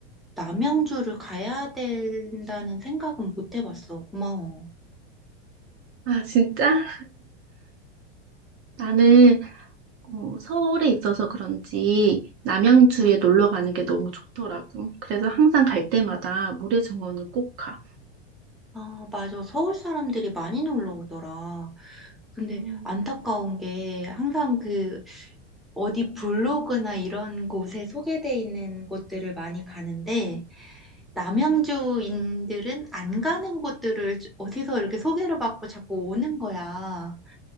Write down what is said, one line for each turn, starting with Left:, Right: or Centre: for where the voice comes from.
Centre: 남양주를 가야 된다는 생각은 못 해봤어. 고마워.
Right: 아, 진짜? 나는 어, 서울에 있어서 그런지 남양주에
Centre: 응.
Right: 놀러 가는 게 너무 좋더라고. 그래서 항상 갈 때마다 물의 정원을 꼭 가.
Centre: 아, 맞아. 서울 사람들이 많이 놀러 오더라. 근데
Right: 음,
Centre: 안타까운 게 항상 그 어디 블로그나 이런 곳에 소개돼 있는 곳들을 많이 가는데, 남양주인들은 안 가는 곳들을 어디서 이렇게 소개를 받고 자꾸 오는 거야.